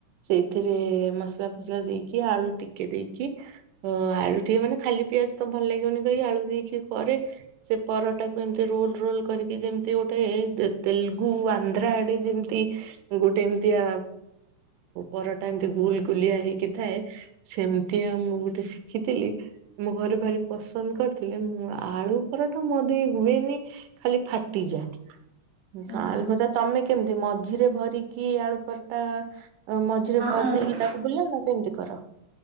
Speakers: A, on the right; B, on the right.
A: ସେଇଥିରେ ମସଲା ଫସଲା ଦେଇକି ଆଳୁ ଟିକେ ଦେଇକି ଓ ଆଳୁ ଟିକେ ମାନେ ଖାଲି ପିଆଜ ତ ଭଲ ଲାଗିବନି କହିକି ଆଳୁ ଦେଇକି କରେ ସେ ପରଟାକୁ ଏମ ରୋଲ୍ ରୋଲ୍ କରିକି ଯେମିତି ଗୋଟେ ତେ ତେଲୁଗୁ ଆନ୍ଧ୍ରା ଆଡେ ଯେମିତି ଗୋଟେ ଏମିତିଆ ପରଟା ଏମତି ଗୁଲ୍ ଗୁଲିଆ ହେଇକି ଥାଏ। ସେମତିଆ ମୁଁ ଗୋଟେ ଶିଖିଥିଲି। ମୋ ଘରେ ଭାରି ପସନ୍ଦ କରିଥିଲେ ମୁଁ ଆଳୁ ପରଟା ମୋ ଦେଇ ହୁଏନି। ନି ଖାଲି ଫାଟିଯାଏ ଗାଁରେ
B: ଓହୋ ହଁ
A: ଘରେ ତମେ କେମିତି ମଝିରେ ଭରିକି ଆଳୁପରଟା ମଝିରେ ଭରି
B: ମୁଁ
A: ଦେଇକି ତା କୁ ବୁଲ ନା କେମିତି କର?